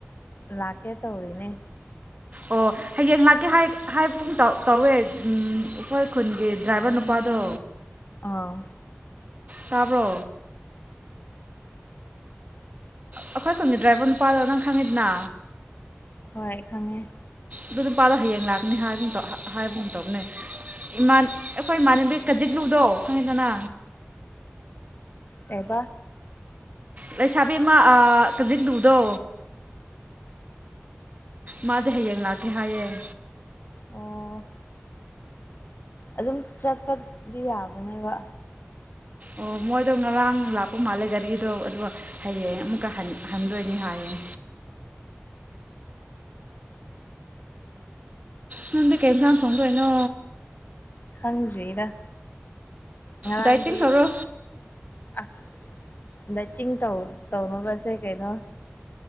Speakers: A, on the left; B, on the right.
A: ꯂꯥꯛꯀꯦ ꯇꯧꯔꯤꯅꯦ
B: ꯑꯣ ꯍꯌꯦꯡ ꯂꯥꯛꯀꯦ ꯍꯥꯏꯕ ꯇꯧꯋꯦ ꯑꯩꯈꯣꯏ ꯈꯨꯟꯒꯤ ꯗ꯭ꯔꯥꯏꯚꯔ ꯅꯨꯄꯥꯗꯣ
A: ꯑꯥ
B: ꯇꯥꯕꯣ ꯑꯩꯈꯣꯏ ꯈꯨꯟꯒꯤ ꯗ꯭ꯔꯥꯏꯚꯔ ꯅꯨꯄꯥꯗꯣ ꯅꯪ ꯈꯪꯉꯤꯗꯅ
A: ꯍꯣꯏ ꯈꯪꯉꯦ
B: ꯑꯗꯨ ꯅꯨꯄꯥꯗꯣ ꯍꯌꯦꯡ ꯂꯥꯛꯀꯅꯤ ꯍꯥꯏꯕꯇꯣꯅꯦ ꯑꯩꯈꯣꯏ ꯏꯃꯥꯟꯅꯕꯤ ꯀꯖꯤꯛꯂꯨꯗꯣ ꯈꯪꯉꯦꯗ ꯅꯥ
A: ꯀꯩꯕ
B: ꯂꯩꯁꯥꯕꯤ ꯑꯃ ꯀꯖꯤꯛꯂꯨ ꯗꯣ ꯃꯥꯁꯦ ꯍꯌꯦꯡ ꯂꯥꯛꯀꯅꯔ ꯍꯥꯏꯌꯦꯦ
A: ꯑꯣ ꯑꯗꯨꯝ ꯆꯠꯄꯗꯤ ꯌꯥꯕꯅꯦꯕ
B: ꯑꯣ ꯃꯣꯏꯗꯣ ꯉꯔꯥꯡ ꯂꯥꯛꯄ ꯃꯥꯜꯂꯦ ꯒꯥꯔꯤꯗꯣ ꯑꯗꯨꯒ ꯍꯌꯦꯡ ꯑꯃꯨꯛꯀ ꯍꯟꯗꯣꯏꯅꯤ ꯍꯥꯏꯌꯦ ꯅꯪꯗ ꯀꯩꯏꯟꯁꯥꯡ ꯊꯣꯡꯗꯣꯏꯅꯣ
A: ꯈꯪꯗꯔꯤꯗ ꯉꯔꯥꯡꯗꯤ
B: ꯗꯥꯏꯇꯤꯡ ꯇꯧꯔꯣ
A: ꯑꯁ ꯠꯇꯤꯡ <unintelligible> ꯇꯧꯅꯕꯁꯦ ꯀꯩꯅꯣ